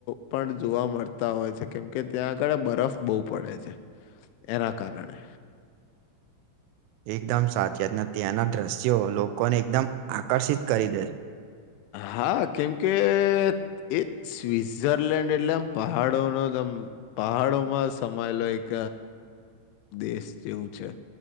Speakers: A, on the left (about 80°); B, on the right (about 85°).
A: પણ જોવા મળતા હોય છે કેમ કે ત્યાં આગળ બરફ બહુ પડે છે. એના કારણે
B: <inaudible> એકદમ સાચ જને ત્યાંના દ્રશ્યો લોકોને એકદમ આકર્ષિત કરી દે છે.
A: હા કેમ કે એ સ્વઝરલેન્ડ એટલે આમ પહાડો ન પહાડોમાં સમાયેલો એક દેશ જેવું છે